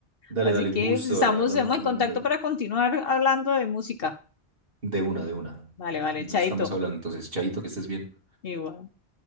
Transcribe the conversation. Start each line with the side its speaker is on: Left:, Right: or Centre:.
Right: Dale,
Left: Así
Right: dale,
Left: que
Right: un gusto,
Left: pues, estamos,
Right: le hablamos,
Left: estamos
Right: hablamos
Left: en contacto
Right: luego.
Left: para continuar hablando de música.
Right: De una, de una.
Left: Vale, vale,
Right: Nos
Left: chaito.
Right: estamos hablando. Entonces, Chaito,
Left: Vale,
Right: que estés bien.
Left: Igual.